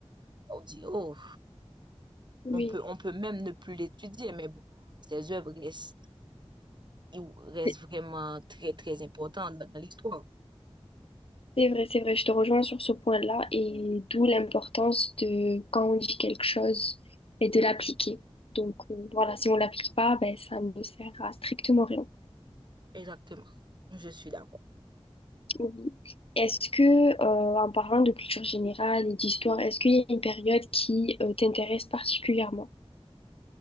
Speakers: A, on the right; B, on the left.
A: on dit, oh,
B: Oui,
A: on peut, on peut même ne plus l'étudier, mais bon, ses œuvres restent, ils restent
B: c'est
A: vraiment très, très importantes dans dans l'histoire.
B: c'est vrai, c'est vrai. Je te rejoins sur ce point-là et d'où l'importance de quand on dit quelque chose et de l'appliquer. Donc euh, voilà, si on l'applique pas, ben ça ne sert à strictement rien.
A: Exactement. Je suis d'accord.
B: Oui. Est-ce que, euh, en parlant de culture générale et d'histoire, est-ce qu'il y a une période qui euh, t'intéresse particulièrement?